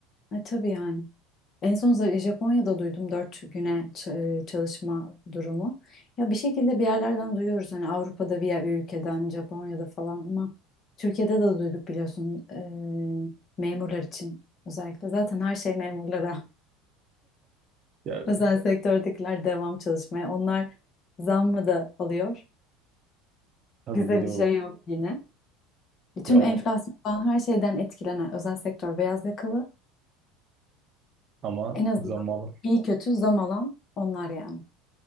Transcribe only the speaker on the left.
E, tabii yani. En son Z- Japonya'da duydum dört güne ç- e, çalışma durumu. Ya bir şekilde bir yerlerden duyuyoruz hani Avrupa'da bir, yer- bir ülkeden Japonya'da falan ama Türkiye'de de duyduk biliyorsun e, memurlar için özellikle. Zaten her şey memurlara
Özel sektördekiler devam çalışmaya. Onlar zammı da alıyor.
Bize
bir
şey yok yine. Tüm
enflasyon falan her şeyden etkilenen özel sektör beyaz yakalı.
En azından
iyi kötü zam alan onlar yani.